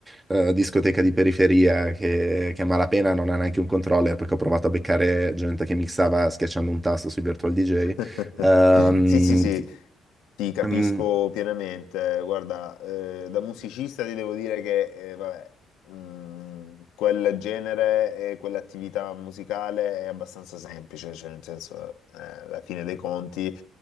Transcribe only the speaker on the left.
<laughs>
Sì, sì, sì, ti capisco
pienamente. Guarda, eh, da musicista ti devo dire che, eh, vabbè, mh, quel genere e quell'attività musicale è abbastanza semplice, cioè nel senso, eh, alla fine dei conti,